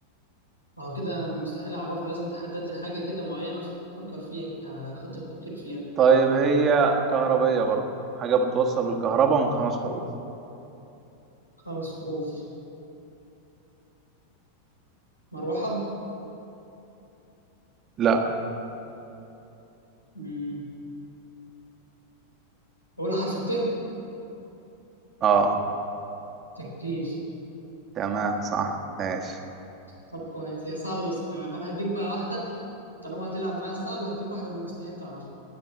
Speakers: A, on the left (about 90°); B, on the right (about 30°).
A: اه كده مستحيل اعرفها لازم تحدد لي حاجه كده معينه افكر فيها احط تفكير فيها
B: طيب هي كهربية برضه حاجة بتوصل بالكهرباء من خمس حروف
A: خمس حروف مروحه
B: لا
A: امم اول حرف الت
B: اه
A: تكييف
B: تمام صح ماشي
A: طب كويس هي صعبه بس تمام انا هديك بقى واحده طالما هتلعب معايا صعب هديك واحده من المستحيل تعرفها